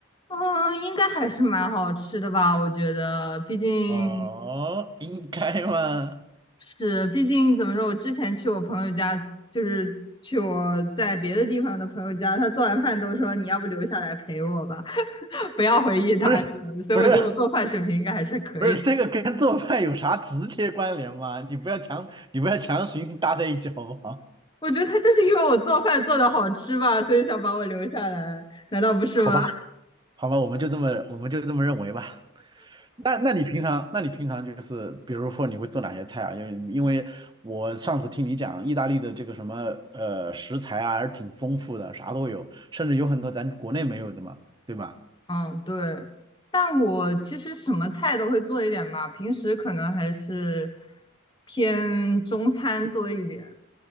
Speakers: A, on the left (about 20°); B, on the right (about 20°).
A: 嗯，应该还是蛮好吃的吧？我觉得，毕竟
B: 哦，应该吗？
A: 是，毕竟怎么说，我之前去我朋友家，就是去我在别的地方的朋友家，他做完饭都说你要不留下来陪我吧，<laughs> 不要回意大利了所以我觉得我做饭水平应该还是可以。
B: 不是不是不是，这个跟做饭有啥直接关联吗？你不要强你不要强行搭在一起好不好？
A: 我觉得他就是因为我做饭做的好吃吧，所以想把我留下来，难道不是吗？
B: 好吧好吧，我们就这么我们就这么认为吧。那那你平常，那你平常就是，比如说你会做哪些菜啊？因为因为我上次听你讲，意大利的这个什么呃食材啊，还是挺丰富的，啥都有，甚至有很多咱国内没有的嘛，对吧？
A: 嗯，对，但我其实什么菜都会做一点吧，平时可能还是偏中餐多一点，